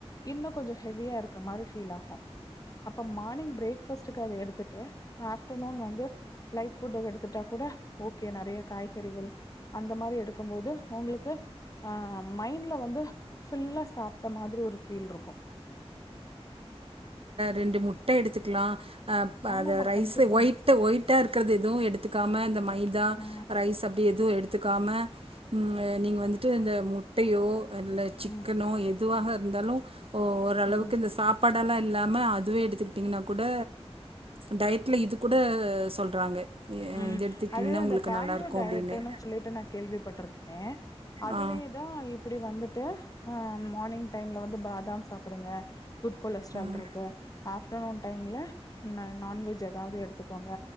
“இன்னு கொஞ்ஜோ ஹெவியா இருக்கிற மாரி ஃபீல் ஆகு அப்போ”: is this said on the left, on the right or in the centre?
Left